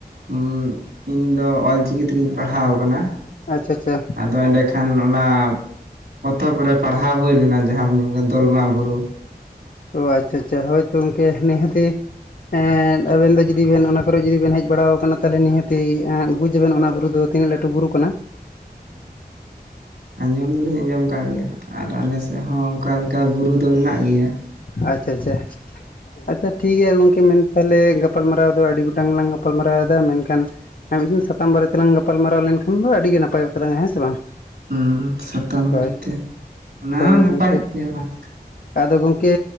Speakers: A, on the right; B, on the left.
A: ᱦᱚᱸ ᱤᱧ ᱫᱚ ᱚᱞᱪᱤᱠᱤ ᱛᱮᱜᱤᱧ ᱯᱟᱲᱦᱟᱣ ᱟᱠᱟᱱᱟ᱾
B: ᱟᱪᱪᱷᱟ ᱟᱪᱪᱷᱟ
A: ᱟᱫᱚ ᱮᱸᱰᱮᱠᱷᱟᱱ ᱚᱱᱟ ᱯᱚᱛᱚᱵ ᱨᱮ ᱯᱟᱲᱦᱟᱣ ᱦᱩᱭ ᱞᱮᱱᱟ ᱡᱟᱦᱟᱸᱢ ᱧᱩᱢ ᱫᱚᱞᱢᱟ ᱵᱩᱨᱩ᱾
B: ᱚ ᱟᱪᱪᱷᱟ ᱟᱪᱪᱷᱟ ᱦᱳᱭᱛᱚ ᱜᱚᱝᱠᱮ ᱱᱤᱦᱟᱹᱛᱤ ᱮᱸ ᱟᱵᱮᱱ ᱫᱚ ᱡᱩᱫᱤ ᱵᱮᱱ ᱚᱱᱟ ᱠᱚᱨᱮ ᱡᱩᱫᱤ ᱵᱮᱱ ᱦᱮᱡ ᱵᱟᱲᱟ ᱟᱠᱟᱱᱟ ᱛᱟᱦᱚᱞᱮ ᱱᱤᱦᱟᱹᱛᱤ ᱵᱩᱡᱽ ᱵᱮᱱ ᱚᱱᱟ ᱵᱩᱨᱩ ᱫᱚ ᱛᱤᱱᱟᱹᱜ ᱞᱟᱹᱴᱩ ᱵᱩᱨᱩ ᱠᱟᱱᱟ᱾
A: ᱦᱩᱸ ᱟᱸᱡᱚᱢ ᱫᱚᱞᱤᱧ ᱟᱸᱡᱚᱢ ᱟᱠᱟᱫ ᱜᱮᱭᱟ ᱟᱨ ᱟᱞᱮ ᱥᱮᱫ ᱦᱚᱸ ᱚᱱᱠᱟ ᱞᱮᱠᱟ ᱵᱩᱨᱩ ᱫᱚ ᱢᱮᱱᱟᱜ ᱜᱮᱭᱟ᱾
B: ᱟᱪᱪᱷᱟ ᱟᱪᱪᱷᱟ ᱟᱪᱪᱷᱟ ᱴᱷᱤᱠᱜᱮᱭᱟ ᱜᱚᱝᱠᱮ ᱢᱮᱱ ᱛᱟᱦᱚᱞᱮ ᱜᱟᱯ ᱜᱟᱯᱟᱞᱢᱟᱨᱟᱣ ᱫᱚ ᱟᱹᱰᱤ ᱜᱚᱴᱟᱝ ᱞᱟᱝ ᱜᱟᱯᱟᱞᱢᱟᱨᱟᱣ ᱫᱟ ᱢᱮᱱᱠᱷᱟᱱ ᱟᱨ ᱢᱤᱫ ᱫᱤᱱ ᱥᱟᱛᱟᱢ ᱵᱟᱨᱮ ᱛᱮᱞᱟᱝ ᱜᱟᱯᱟᱞᱢᱟᱨᱟᱣ ᱞᱮᱱᱠᱷᱟᱱ ᱫᱚ ᱟᱹᱰᱤ ᱜᱮ ᱱᱟᱯᱟᱭᱚᱜ ᱛᱟᱞᱟᱝᱟ ᱦᱮᱸ ᱥᱮ ᱵᱟᱝ᱾
A: ᱦᱚᱸ ᱥᱟᱛᱟᱢ ᱵᱟᱨᱮᱛᱮ
B: ᱦᱳᱭ
A: ᱚᱱᱟ
B: ᱦᱳᱭ
A: ᱦᱚᱸ ᱱᱟᱯᱟᱭᱚᱜ
B: ᱜᱚᱝᱠᱮ
A: ᱜᱮᱭᱟ ᱵᱟᱝ᱾
B: ᱟᱫᱚ ᱜᱚᱝᱠᱮ